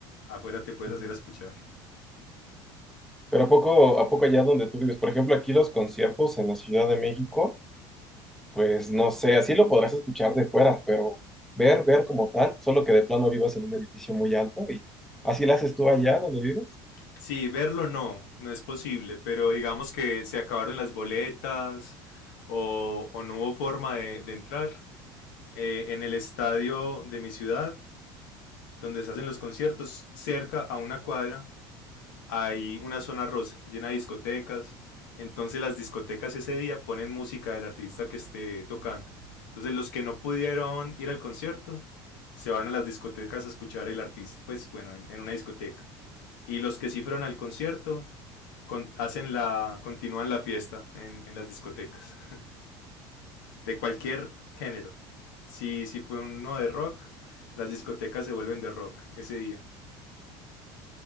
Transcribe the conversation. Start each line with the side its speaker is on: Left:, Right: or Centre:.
Left: afuera te puedes
Centre: Ujú.
Left: hacer a escuchar.
Centre: Pero a poco, a poco allá donde tú vives, por ejemplo, aquí los conciertos en la Ciudad de México, pues no sé, así lo podrás escuchar de fuera, pero ver, ver como tal, solo que de plano vivas en un edificio muy alto y así lo haces tú allá donde vives.
Left: Sí, verlo no, no es posible, pero digamos que se acabaron las boletas o, o no hubo forma de, de entrar. Eh, en el estadio de mi ciudad, donde se hacen los conciertos, cerca a una cuadra, hay una zona rosa llena de discotecas. Entonces las discotecas ese día ponen música del artista que esté tocando. Entonces los que no pudieron ir al concierto se van a las discotecas a escuchar el artista, pues bueno, en, en una discoteca. Y los que sí fueron al concierto con- hacen la, continúan la fiesta en, en las discotecas, de cualquier género. Si, si fue uno de rock, las discotecas se vuelven de rock ese día.